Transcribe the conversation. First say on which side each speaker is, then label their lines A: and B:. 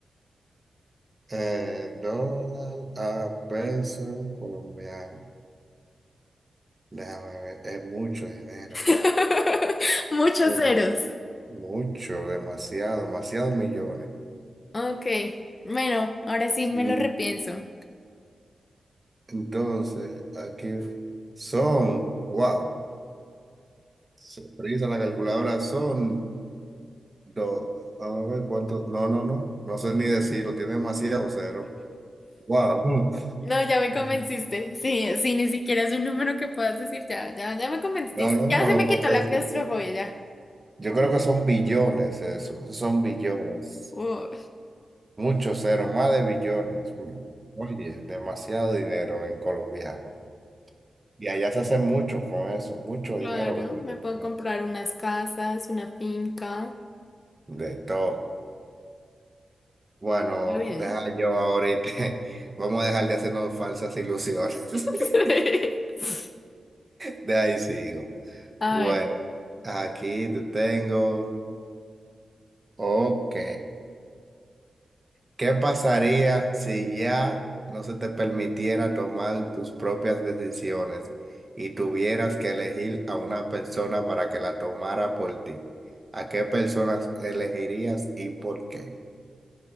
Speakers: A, on the right; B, on the left.
A: Eh, dólar a peso colombiano. Déjame ver, es mucho dinero.
B: <laughs> Muchos
A: Mucho,
B: ceros.
A: mucho, demasiado, demasiados millones.
B: Ok. Bueno, ahora sí
A: Sí,
B: me lo repienso.
A: Entonces, aquí son, wow, se frisa la calculadora, son Do, a ver cuánto. No, no, no. No sé ni decirlo. Tiene demasiado cero. Wow.
B: No, ya me
A: <laughs>
B: convenciste. Sí, sí, ni siquiera es un número que puedas decir. Ya, ya, ya me convenciste.
A: No, no,
B: Ya
A: no
B: se
A: lo
B: me
A: puedo
B: quitó la
A: decir.
B: claustrofobia, ya.
A: Yo creo que son billones eso. esos Son billones.
B: Uh,
A: Muchos ceros, más de billones. Mm. Oye, demasiado dinero en colombiano. Y allá se hace mucho con eso, mucho
B: claro,
A: dinero que se
B: me
A: hace
B: puedo
A: con
B: comprar
A: eso.
B: unas casas, una finca.
A: De todo. Bueno,
B: Está bien,
A: deja
B: ¿no?
A: yo ahorita. <laughs> Vamos a dejar de hacernos falsas ilusiones. <laughs>
B: <laughs>
A: De ahí sigo.
B: A
A: Bueno,
B: ver.
A: aquí te tengo. Ok. ¿Qué pasaría si ya no se te permitiera tomar tus propias decisiones y tuvieras que elegir a una persona para que la tomara por ti? ¿A qué personas elegirías y por qué?